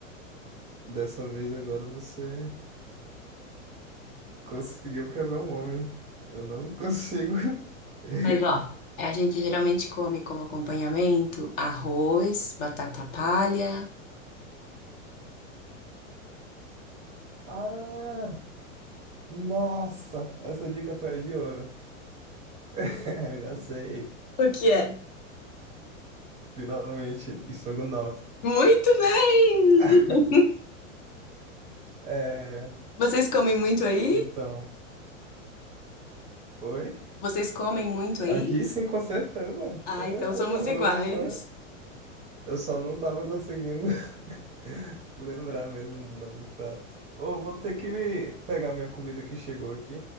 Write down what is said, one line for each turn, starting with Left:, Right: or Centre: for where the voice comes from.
Right: dessa vez agora você conseguiu quebrar um homem. Eu não consigo. <laughs>
Left: Mas ó, a gente geralmente come como acompanhamento arroz, batata palha.
Right: Ah! Nossa, essa dica foi a de ouro. <laughs> Eu já sei.
Left: O que é?
Right: Finalmente, estrogonofe.
Left: Muito bem!
Right: <laughs> É,
Left: Vocês comem muito aí?
Right: então, oi?
Left: Vocês comem muito aí?
Right: Aqui sim, com certeza.
Left: Ah,
Right: Com certeza.
Left: então somos
Right: Eu,
Left: iguais.
Right: eu só, eu só não tava conseguindo <laughs> lembrar mesmo do nome do prato. Ou vou ter que me- pegar minha comida que chegou aqui.